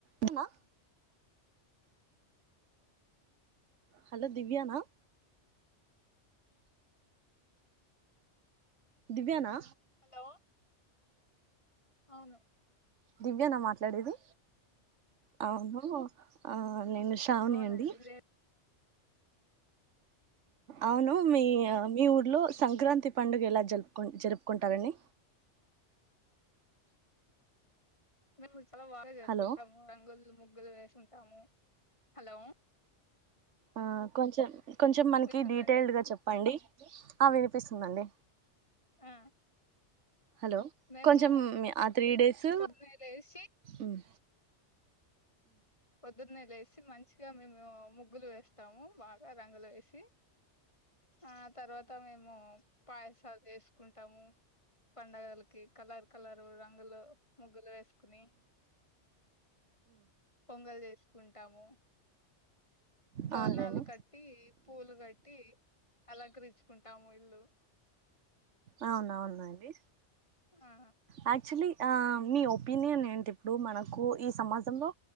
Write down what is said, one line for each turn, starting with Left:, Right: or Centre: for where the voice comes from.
Right: Uma hello Divya నా దివ్యా నా?
Left: Hello అవును
Right: దివ్య నా మాట్లాడేది అవును ఆ నేను శ్రావణి
Left: అవునండి
Right: అండి
Left: ఇదే
Right: అవును మీ మీ ఊర్లో సంక్రాంతి పండుగ ఎలా జరుపుకు జరుపుకుంటారండి.
Left: మేము చాలా బాగా జరుపుకుంటాము
Right: హలో
Left: రంగుల్ ముగ్గులు వేసుకుంటా టాము. హలో
Right: ఆ కొంచెం కొంచెం మనకి
Left: వింటుందండి
Right: డీటెయిల్డ్ గా చెప్పండి ఆ వి వినిపిస్తుందండి
Left: ఆ
Right: హలో
Left: మేము
Right: కొంచం ఆ త్రీ డేస్
Left: పొద్దున్నే లేసి
Right: ఉమ్
Left: పొద్దున్నెేలేసి మంచిగా మేము ముగ్గులు వేస్తాము బాగా రంగులు వేసి ఆ తర్వాత మేము పాయసాలు చేసుకుంటాము పండగల కి కలర్ కలరు రంగులు ముగ్గులు వేసి కుని పొంగల్ చేసుకున్ టాము తోరణాలు
Right: అవునులేండి
Left: కట్టి పూలు కట్టి అలంకరిచు కుంటాము ఇల్లు
Right: అవున్ అవునండి
Left: ఆ
Right: యాక్చల్లీ ఆ మీ ఒపీనియన్ ఏంటి ఇప్పుడు మనకు ఈ సమాజంలో